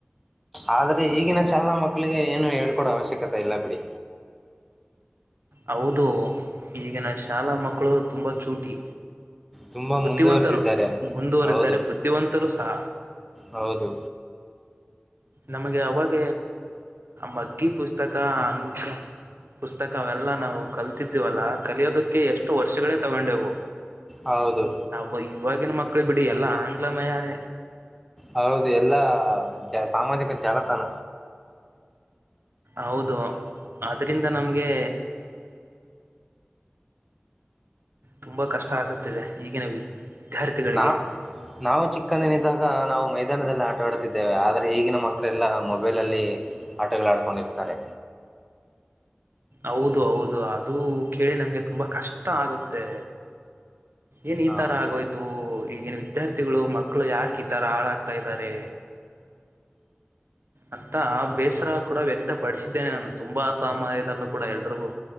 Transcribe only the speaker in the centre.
ಆದ್ರೆ ಈಗಿನ ಶಾಲಾ ಮಕ್ಕಳಿಗೆ ಏನು ಹೇಳ್ಕೊಡೋ ಅವಶ್ಯಕತೆ ಇಲ್ಲ ಬಿಡಿ
ತುಂಬ
ಮುಂದುವರೆದಿದ್ದಾರೆ
ಹೌದು
ಹೌದು
ಹೌದು
ಹೌದು ಎಲ್ಲಾ ಸಾಮಾಜಿಕ ಜಾಲತಾಣ.
ನಾ ನಾವು ಚಿಕ್ಕಂದೇನಿದ್ದಾಗ ನಾವು ಮೈದಾನದಲ್ಲಿ ಆಟ ಆಡುತ್ತಿದ್ದೇವು ಆದರೆ ಈಗಿನ ಮಕ್ಕಳೆಲ್ಲ ಮೊಬೈಲಲ್ಲಿ. ಆಟಗಳು ಆಡ್ಕೊಂಡಿರ್ತಾರೆ.
ಹೌದು